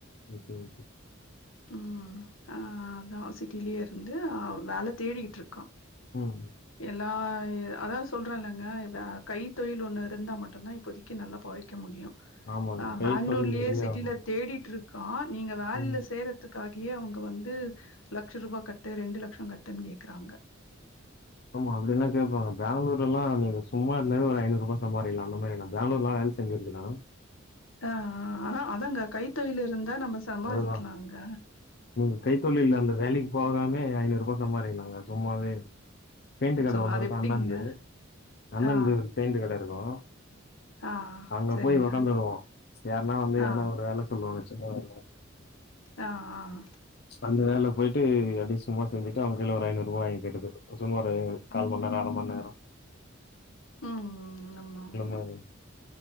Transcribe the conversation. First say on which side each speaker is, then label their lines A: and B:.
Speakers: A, on the left; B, on the left.
A: Okay okay.
B: உம் அஹா தா சிட். டிலியே இருந்து அவ வேல தேடிகிட்டு இருக்கா.
A: ம்
B: எல்லா அதான் சொல்றேன்ல்ங்க. <unintelligible> கைத் தொழில் ஒன்னு இருந்தா மட்டுதா இப்போதக்கி நல்லா பொழைக்க முடியும்.
A: ஆமாங்க
B: ஆஹா
A: கைத்தொழில்
B: பெங்களூரிலே
A: இதுலயே
B: சிட்டில
A: ஆமாங்க
B: தேடிட்டு இருக். கான். நீங்க வேலைல
A: ம்
B: சேரத்துக்காக. இங்கயே அவங்க வந்து. லட்ச ரூபா கட்டு ரெண்டு லட்சம் கட்டுன்னு கேக்குறாங்க.
A: ஆமா அப்படில்லாம் கேப்பாங்க பெங்களூர்ல்லா நீங்க சும்மா இருந்தாலே ஒரு ஐநூறு ரூபா சம்பாரிக்கலாம் அந்த மாரி நான் பெங்களூர் எல்லாம் வேல செஞ்சிருக்குற.
B: ஆஹ. ஆஹ ஆனா அதாங்க கைத்தொழில் இருந்தா நம்ம சம்பாதிக்கலாம்ங்க.
A: அதுதா நீங்க கைத்தொழில் அந்த வேலைக்கு போகாமே ஐநூறு ரூபா சம்பாரிகுலாங்க சும்மாவே. பெயிண்டு கடை
B: சோ
A: ஒண்ணு
B: அது
A: இருக்கும்
B: எப்டிங்க
A: அண்ணன்து அண்ணன்ந்து
B: ஆ
A: பெயிண்டு கடை இருக்கும்
B: ஆ ஆ
A: அங்க
B: சரிங்க
A: போய் உக்காந்துருவோம் யாருனா வந்து
B: ஆ
A: எதனா ஒரு வேலை சொல்லுவாங்க டிஸ்டப்பா இருக்கும்
B: ஆஹ் ஆஹ்
A: அந்த வேலை போயிட்டு அது சும்மா செஞ்சிட்டு அவங்க கீழே ஒரு ஐநூறு ரூபா வாங்கிருது சும்மா ஒரு கால் மண்நேரம் அரமண் நேரம்
B: உம் உம் ஆமா ஆமா
A: மாரி